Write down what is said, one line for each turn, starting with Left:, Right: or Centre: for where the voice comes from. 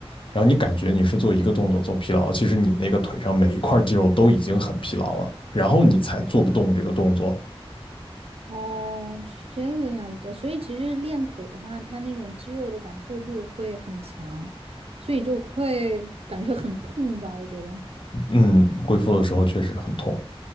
Left: 然后你感觉你是做一个动作做疲劳了，其实你那个腿上每一块肌肉都已经很疲劳了，然后你才做不动这个动作。
Right: 哦，是这个样子的，所以其实练腿的话，它那种肌肉的感受度会很强，所以就会感觉很痛吧，我觉得。
Left: 嗯，恢复的时候确实很痛，